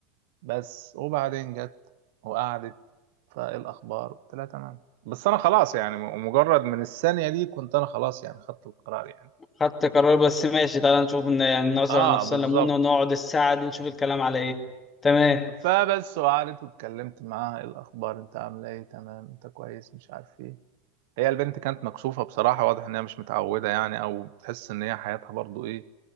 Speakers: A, on the right; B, on the left.
A: بس وبعدين جت وقعدت فايه الاخبار قلت لها تمام بس انا خلاص يعني مجرد من الثانيه دي كنت انا خلاص يعني خدت القرار يعني
B: خدت قرار بس ماشي تعالى نشوف ان يعني نظرة
A: اه
B: على نفسنا
A: بالظبط
B: ليمونة ونقعد الساعة دي نشوف الكلام على ايه تمام
A: فبس وقعدت واتكلمت معاها ايه الاخبار انت عامله ايه تمام انت كويس مش عارف ايه هي البنت كانت مكسوفه بصراحه واضح ان هي مش متعوده يعني او بتحس ان هي حياتها برضو ايه